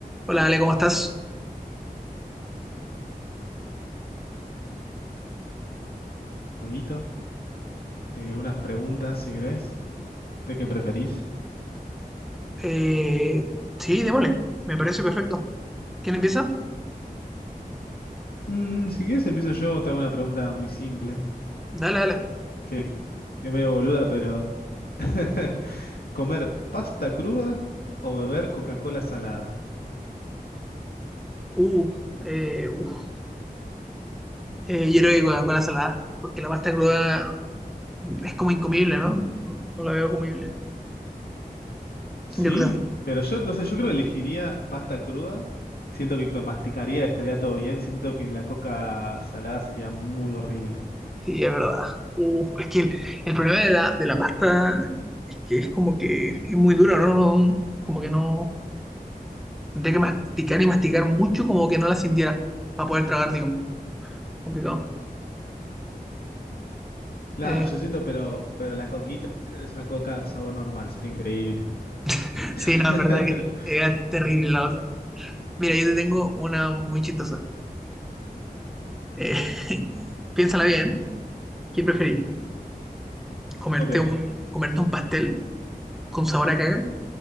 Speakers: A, in the centre; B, on the left (about 75°).
A: Hola, Ale, ¿cómo estás?
B: jueguito de unas preguntas, si querés. ¿De qué preferís?
A: Eh, sí, démosle. Me parece perfecto. ¿Quién empieza?
B: Mm, si querés, empiezo yo. Te hago una pregunta muy simple,
A: Dale, dale.
B: que, que es medio boluda, pero... <laughs> ¿Comer pasta cruda o beber Coca-Cola salada?
A: Uh, eh, uf. Eh, yo creo que Coca-Cola salada, porque la pasta cruda es como incomible, ¿no? No, no la veo comible.
B: Sí,
A: Yo creo.
B: pero yo no sé, yo creo que elegiría pasta cruda. Siento que con masticaría estaría todo bien. Siento que la coca salada sería muy horrible.
A: Sí, es verdad. Uh, es que el, el problema de la, de la pasta es que es como que es muy dura, ¿no? No- como que no. Tendría que masticar y masticar mucho, como que no la sintiera para poder tragar, digamos. Complicado.
B: Claro,
A: Eh,
B: yo siento, pero, pero la coquita es una coca sabor normal, sería increíble.
A: <laughs>
B: <laughs>
A: sí, no, es verdad que era terrible la otra. Mira, yo te tengo una muy chistosa. Eh, <laughs> piénsala bien. ¿Quién preferís? ¿Comerte
B: Ok.
A: un, comerte un pastel con sabor a caca